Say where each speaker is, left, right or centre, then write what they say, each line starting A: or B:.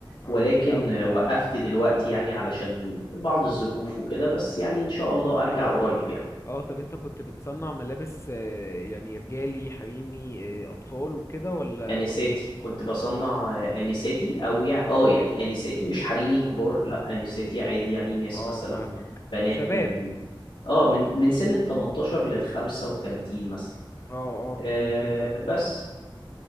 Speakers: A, on the left; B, on the left.
A: اه
B: ولكن
A: جميل قوي
B: آه،
A: ده
B: وقفت دلوقتي يعني علشان بعض الظروف وكده بس يعني إن شاء الله أرجع قريب يعني
A: اه طب انت كنت بتصنع ملابس آه، يعني رجالي حريمي آه، اطفال وكده ولا
B: آنساتي
A: كنت
B: كنت بصنع آه، آنساتي أو يعني آه يعني آنساتي مش حريمي كبار لأ آنساتي عادي يعني ناس
A: اه
B: مثلا
A: فاهمك
B: بنات
A: شباب
B: من آه من من سن ال 18 لل 35 مثلا
A: اه اه جميل
B: آه
A: جدا
B: بس